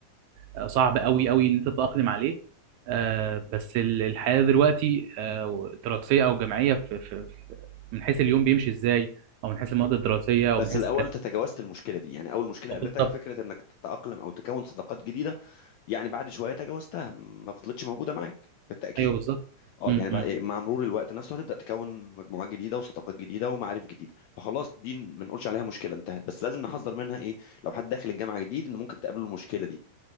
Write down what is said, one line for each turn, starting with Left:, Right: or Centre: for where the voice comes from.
Right: آه، صعب قوي قوي ان انت تتأقلم عليه آه، بس ال- الحياة دلوقتي آه، دراسية او جامعية في في في- من حيث اليوم بيمشي ازاي او من حيث المواد الدراسية او
Left: بس
Right: من حيث
Left: الاول
Right: الترتيب
Left: انت تجاوزت المشكله دي يعني اول مشكله قابلتك
Right: آه، بالظبط
Left: فكره انك تتاقلم او تكون صداقات جديده يعني بعد شويه تجاوزتها ما فضلتش موجوده معاك بالتاكيد
Right: ايوه بالظبط
Left: اه
Right: م-
Left: يعني بقى
Right: م.
Left: إيه، مع مرور الوقت نفسه هتبدا تكون مجموعات جديده وصداقات جديده ومعارف جديده فخلاص دي ما نقولش عليها مشكله انتهت بس لازم نحذر منها ايه لو حد داخل الجامعه جديد ان ممكن تقابله المشكله دي